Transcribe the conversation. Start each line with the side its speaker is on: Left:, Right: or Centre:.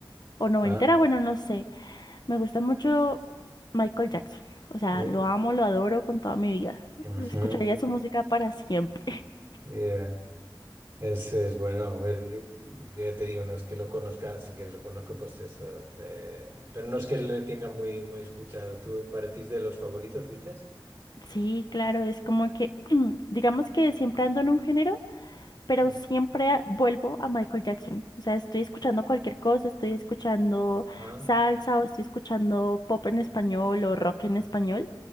Left: o noventera,
Right: ¿Ah?
Left: bueno, no sé. Me gusta mucho Michael Jackson. O sea,
Right: Eh,
Left: lo amo, lo adoro con toda mi vida.
Right: ujú,
Left: Escucharía su música para siempre. <laughs>
Right: Eh, Es, es bueno, a ver, yo yo te digo, no es que lo conozca, si que lo conozco, pues esto, es, eh, pero no es que lo tenga muy, muy escuchado. ¿Tú para ti es de los favoritos, dices?
Left: Sí, claro, es como que, <clears throat> digamos que siempre ando en un género pero
Right: Mm,
Left: siempre a- vuelvo a Michael Jackson. O sea, estoy escuchando cualquier cosa, estoy escuchando
Right: Ah,
Left: salsa o estoy escuchando pop en español o rock en español